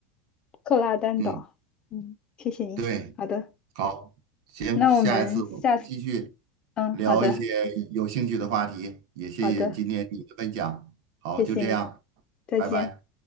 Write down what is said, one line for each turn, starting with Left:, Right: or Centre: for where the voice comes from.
Left: 克拉丹岛，
Right: 嗯，
Left: 嗯，谢谢你。
Right: 对，
Left: 好的，
Right: 好，行，
Left: 那我们下次，
Right: 下一次我们继续
Left: 嗯，
Right: 聊一些有兴趣的话题，
Left: 好的，
Right: 也谢谢你今天你的分享，
Left: 好的，
Right: 好，
Left: 谢谢你，
Right: 就这样，
Left: 再见。
Right: 拜拜。